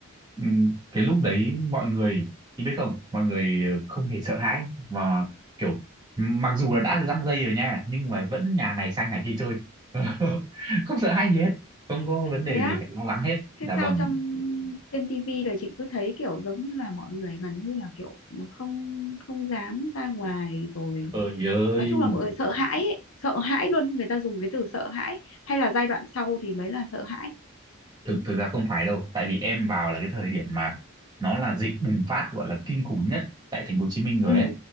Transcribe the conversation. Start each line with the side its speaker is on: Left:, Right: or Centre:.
Right: ừm, cái lúc đấy mọi người thì biết không mọi người ờ, không hề sợ hãi mà kiểu mặc dù là đã răng dây rồi nha nhưng mà vẫn nhà này sang nhà kia chơi <laughs> không sợ hãi gì hết không có vấn đề
Left: thế á
Right: gì phải lo lắng hết
Left: thế
Right: dạ vâng
Left: sao trong trên tivi là chị cứ thấy kiểu giống như là mọi người gần như là kiểu không không dám ra ngoài rồi
Right: trời ơi
Left: nói chung là mọi người sợ hãi ấy. sợ hãi luôn người ta dùng cái từ sợ hãi hay là giai đoạn sau thì mới là sợ hãi
Right: thực thực ra không phải đâu tại vì em vào là cái thời điểm mà nó là dịch bùng phát gọi là kinh khủng nhất tại thành phố Hồ Chí Minh rồi
Left: ừ
Right: ấy